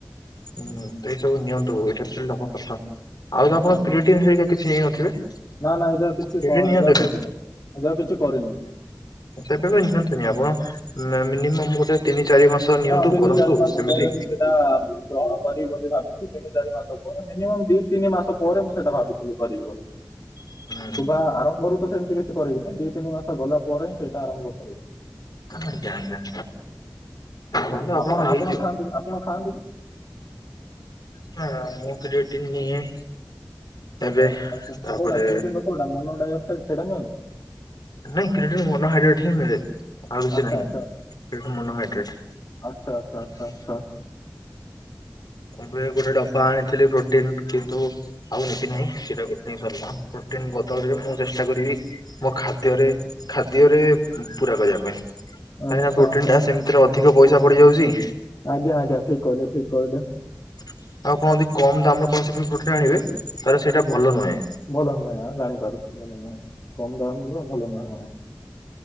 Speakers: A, on the left; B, on the left.
A: ହୁଁ ତ ଏଇ ସବୁ ନିଅନ୍ତୁ ଏଇଟା ଖାଲି ନବା କଥା। ଆଉ ତ
B: ଆଜ୍ଞା
A: ଆପଣ
B: ଆଜ୍ଞା
A: କ୍ରିଏଟିନ୍ ହେରିକା କିଛି ନେଇନଥିବେ?
B: ନା ନା ଏବେ ଆଉ କିଛି
A: କ୍ରିଏଟିନ୍
B: ଏବେ
A: ନିଅନ୍ତୁନି
B: ଯାଉ କିଛି ଏବେ ଯାଉ କିଛି କରିନି।
A: ତବେ ବି ନିଅନ୍ତୁନି ଆପଣ ମିନିମ ଗୋଟେ ତିନି ଚାରି ମାସ ନିଅନ୍ତୁ
B: ହଁ ତିନି
A: କରନ୍ତୁ
B: ଚାରି ମାସ
A: ସେମିତି
B: ପରେ ମୁଁ ସେଇଟା ଗ୍ରହଣ କରିବି ବୋଲି ଭାବିଛି ତିନି ଚାରି ମାସ ପରେ ମିନିମମ୍ ଦି ତିନି ମାସ ପରେ ମୁଁ ସେଇଟା ଭାବିଥିଲି କରିବି ବୋଲି।
A: ହୁଁ
B: ଶୁଭ ଆରମ୍ଭରୁ ତ ସେମତି କିଛି କରିବିନି ଦିଇ ତିନି ମାସ ଗଲା ପରେ ହିଁ ସେଇଟା ଆରମ୍ଭ କରିବି।
A: ଆଜ୍ଞା ଆଜ୍ଞା। କରନ୍ତୁ ଆପଣଙ୍କର
B: ଆପଣ
A: ହେଇଯିବ
B: ଆପଣ ଖାଆନ୍ତି ଆପଣ ଖାଆନ୍ତି କି?
A: ନା ମୁଁ କ୍ରିଏଟିନ୍ ନିଏ। ଏବେ
B: ଆଛା ଆଛା
A: ତାପରେ
B: କଉା କ୍ରିଟିନ୍ ର କଉଟା ମନୋଡଆକ୍ସଡ ସେଇଟା ନିଅନ୍ତି?
A: ନାଇଁ କ୍ରିଏଟିନ ମନୋହାଇଡ୍ରେଟ୍ ହିଁ ମିଳେ। ଆଉ କିଛି
B: ଆଚ୍ଛା
A: ନାହିଁ।
B: ଆଚ୍ଛା
A: ସେ ମନୋହାଇଡ୍ରେଟ।
B: ଆଚ୍ଛା ଆଚ୍ଛା ଆଚ୍ଛା ଆଚ୍ଛା ଆଚ୍ଛା
A: ମୁଁ ବି ଗୋଟେ ଡବା ଆଣିଥିଲି ପ୍ରୋଟିନ କିନ୍ତୁ ଆଉ ନେବି ନାହିଁ। ସେଇଟା ଗୋଟେ ହିଁ ସରିଲା। ଟିନ୍ ବଦଳରେ ମୁଁ ଚେଷ୍ଟା କରିବି ମୋ ଖାଦ୍ୟରେ ଖାଦ୍ୟରେ ପୁରରା କରିବା ପାଇଁ। କାହିଁକିନା
B: ଆଚ୍ଛା
A: ପ୍ରୋଟିନ
B: ଆଚ୍ଛା
A: ଟା ସେମିତିରେ ଅଧିକ ପଇସା ପଡିଯାଉଛଚି
B: ଆଜ୍ଞା ଆଜ୍ଞା ଠିକ କହିଲେ ଠିକ କହିଲେ।
A: ଆଉ ଆପଣ ଯଦି କମ ଦାମ ରେ କୌଣସି ପ୍ରୋଟିନ ଆଣିବେ ତାହେଲେ ସେଇଟା
B: ଆଜ୍ଞା
A: ଭଲ ନୁହେଁ
B: ଭଲ ନୁହେଁଁ ଜାଣିପାରୁଚୁ ଭଲ ନୁହେଁ। କମ ଦାମର ଭଲ ନୁହେଁ ହଁ।